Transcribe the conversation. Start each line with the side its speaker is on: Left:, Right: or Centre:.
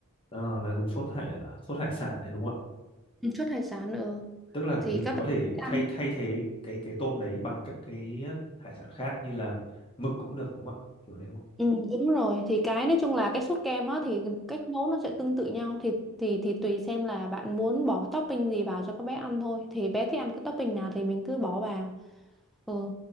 Left: Ờ, là dùng sốt hải sốt hải sản đấy đúng không ạ
Centre: Ừ, sốt hải sản ừ.
Left: tức là
Centre: thì
Left: mình
Centre: các
Left: có
Centre: bé
Left: thể
Centre: sẽ ăn
Left: thay thay thế cái cái tôm đấy bằng các cái ờ, hải sản khác như là mực cũng được đúng không ạ kiểu thế đúng không
Centre: ừ, đúng rồi thì cái nói chung là cái sốt kem á thì cách nấu nó sẽ tương tự nhau thì thì thì tùy xem là bạn muốn bỏ cái topping gì vào cho các bé ăn thôi thì bé thích ăn cái topping nào thì mình cứ bỏ vào ừ.